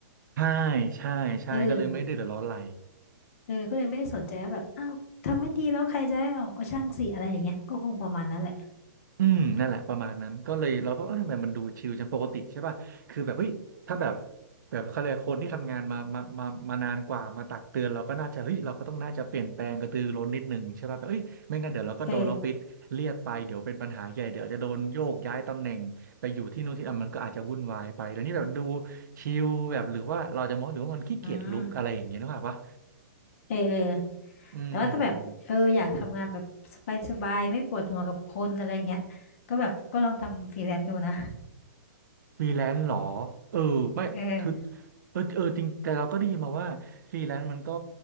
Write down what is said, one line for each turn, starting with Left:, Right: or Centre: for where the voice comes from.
Right: ใช่ใช่ใช่ก็เลยไม่ได้เดือดร้อนอะไร
Left: เออ เออก็เลยไม่ได้สนใจว่าแบบอ้าวทำไม่ดีแล้วใครจะได้ออกก็ช่างสิอะไรอย่างเงี้ยก็คงประมาณนั้นแหละ <laughs>
Right: อืมนั่นแหละประมาณนั้นก็เลยเราก็เออทำไมมันดูชิลจังปกติใช่ป่ะคือแบบเฮ้ยถ้าแบบแบบเขาเรียกคนที่ทำงานมามามามานานกว่ามาตักเตือนเราก็น่าจะเฮ้ยเราก็ต้องน่าจะเปลี่ยนแปลงกระตือร้นนิดหนึ่งใช่ป่ะแบบเฮ้ยไม่งั้นเดี๋ยวเราก็โดนออฟฟิศเรียกไปเดี๋ยวเป็นปัญหาใหญ่เดี๋ยวจะโดนโยกย้ายตำแหน่งไปอยู่ที่นู่นที่นั่นมันก็อาจจะวุ่นวายไปแล้วนี่แบบดู
Left: เออ
Right: ชิลแบบหรือว่าเราจะมองหรือว่ามันขี้เกียจลุกอะไรอย่างเงี้ยนึกภาพปะ
Left: อืมเออเออ
Right: อืม
Left: แต่ว่าถ้าแบบเอออยากทำงานแบบสบายๆไม่ปวดหัวกับคนอะไรเงี้ยก็แบบก็ลองทำฟรีแลนซ์ดูนะ
Right: ฟรีแลนซ์เหรอเออไม่คือ
Left: เออ
Right: เออเออจริงแต่เราก็ได้ยินมาว่าฟรีแลนซ์มันก็